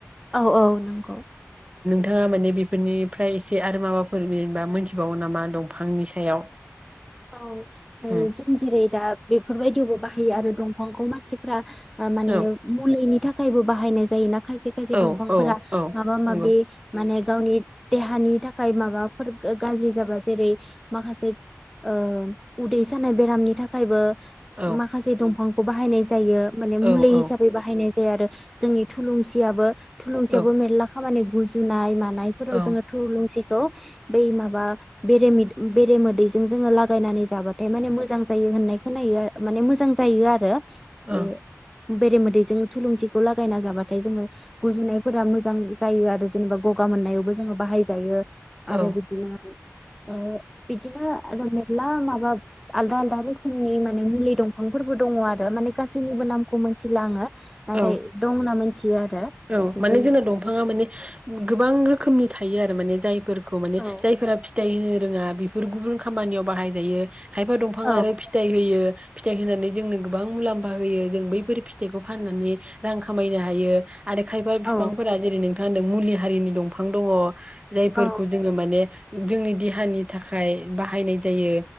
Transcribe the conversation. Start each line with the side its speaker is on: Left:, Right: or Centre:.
Centre: औ औ नंगौ।
Right: ओ माने बेफोरनिफ्राय एसे आरो माबाफोर जेनेबा मोनथिबावो नामा दंफांनि सायाव
Centre: औ
Right: उम
Centre: जों जेरै दा बेफोरबायदियावबो बाहायो आरो दंफांखौ मानसिफ्रा माने
Right: औ
Centre: मुलैनि थाखायबो बाहायनाय जायो ना। खायसे खायसे
Right: औ
Centre: दंफांफोरा
Right: औ औ
Centre: माबा
Right: नंगौ
Centre: माबि माने गावनि देहानि थाखाय माबाफोर गाज्रि जाबा जेरै माखासे ओ उदै सानाय बेरामनि थाखायबो
Right: औ
Centre: माखासे दंफां खौ बाहायनाय जायो माने
Right: औ
Centre: मुलि हिसाबै
Right: औ
Centre: बाहायनाय जाया आरो जोंनि थुलुंसियाबो थुलुंसियाबो
Right: औ
Centre: मेरला खामानि गुजुनाय मान नायफोराव
Right: ओं
Centre: जोङो थुलुंसि खौ बै माबा बेरे मो मोदैजों जोङो लागायनानै जाबाथाय माने मोजां जायो होननाय खोनायो आ माने मोजां जायो आरो बे
Right: औ
Centre: बेरे मोदैजों थुलुंसिखौ लागायना जाबाथाय जोङो गुजुनायफोरा मोजां जायो आरो जेनेबा गगा मोननायावबो जोङो बाहायजायो
Right: ओं
Centre: आरो बिदिनाबो ओ बिदिनो माला माबा आलदा आलदा रोखोमनि माने मुलि दंफांफोरबो दङ आरो माने गासैनिबो नामखौ मोनथिला आङो नाथाय
Right: औ ओं
Centre: दंना मोनथि या आरो
Right: औ
Centre: बिदि
Right: माने जोंनो दंफाङा माने गोबां रोखोमनि थायो आरो माने जायफोर खौ माने
Centre: औ
Right: जायफोरा फिथाइ होनो रोङा बेफोर गुबुन खामानियाव बाहायजायो खायफा दंफां
Centre: औ
Right: आरो फिथाइ होयो फिथाइ होनानै जोंनो गोबां मुलाम्फा होयो जों बैफोर फिथाइखौ फाननानै रां खामायनो हायो आरो खायफा
Centre: औ
Right: बिफांफोरा जेरै नों मा होनदों मुलि हारिनि दंफां दङ जायफोरखौ
Centre: औ
Right: जोङो माने जोंनि देहानि थाखाय बाहायनाय जायो